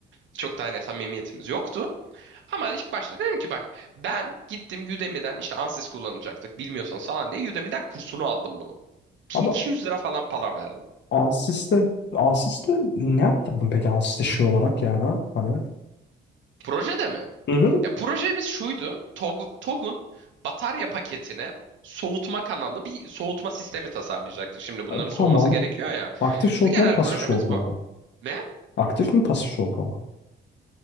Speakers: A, on the right; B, on the left.
A: Çok da hani samimiyetimiz yoktu. Ama ilk başta dedim ki bak ben gittim Udemy'den işte Ansys kullanacaktık bilmiyorsanız falan diye Udemy'den kursunu aldım bunun.
B: Ama
A: 1200 lira falan para verdim.
B: Ansys'te Ansys'te ne yaptırdın peki Ansys'te şey olarak yani ha? hani
A: Projede mi?
B: Hı hı.
A: Ya projemiz şuydu. TOG, TOG'un batarya paketine soğutma kanalı bir soğutma sistemi tasarlayacaktı. Şimdi bunların
B: e,
A: soğuması
B: tamam
A: gerekiyor ya.
B: aktif soğutma
A: Genel
B: mı pasif
A: projemiz
B: soğutma
A: bu.
B: mı?
A: Ne?
B: Aktif mi pasif soğutma mı?